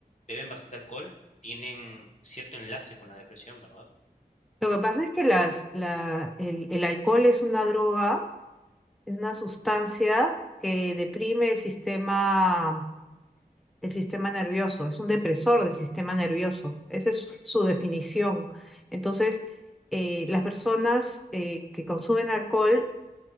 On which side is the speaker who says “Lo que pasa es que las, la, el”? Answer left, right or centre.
Centre